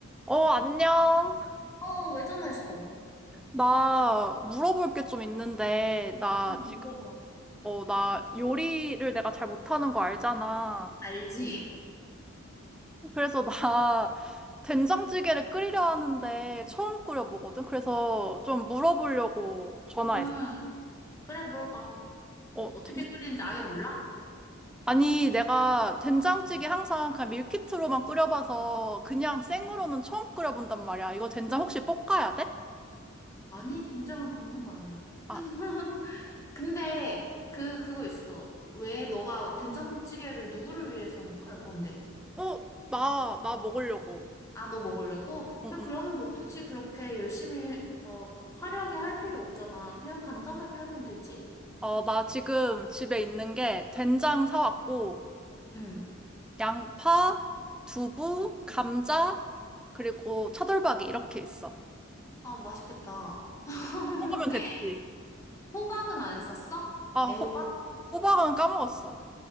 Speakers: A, in the centre; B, on the left.
A: 어, 안녕.
B: 어, 왜 전화했어?
A: 나 물어볼 게 좀 있는데, 나
B: 음,
A: 지금,
B: 물어봐.
A: 어, 나 요리를 내가 잘 못하는 거 알잖아.
B: 알지.
A: 그래서 나 <laughs> 된장찌개를 끓이려 하는데 처음 끓여보거든. 그래서 좀 물어보려고 전화했어.
B: <laughs> 음, 그래, 물어봐.
A: 어,
B: 어떻게
A: 된-
B: 끓이는지 아예 몰라?
A: 아니, 내가 된장찌개
B: 음,
A: 항상 그냥 밀키트로만 끓여봐서 그냥 생으로는
B: 음.
A: 처음 끓여본단 말이야. 이거 된장 혹시 볶아야 돼?
B: 아니, 된장은 볶는 거 아니야.
A: 아,
B: <laughs> 근데, 그, 그거 있어. 왜 너가 된장찌개를 누구를 위해서 할 건데?
A: 어, 나, 나 먹으려고.
B: 아, 너 먹으려고? 그래,
A: 응, 응.
B: 그럼 뭐 굳이 그렇게 열심히 막 화려하게 할 필요 없잖아. 그냥 간단하게 하면 되지.
A: 어, 나 지금 집에 있는 게 된장 사왔고,
B: 응.
A: 양파, 두부, 감자, 그리고 차돌박이 이렇게 있어.
B: 아, 맛있겠다. <laughs>
A: 그러면 됐지.
B: 호박은 안 샀어?
A: 아,
B: 애호박?
A: 호, 호박은 까먹었어.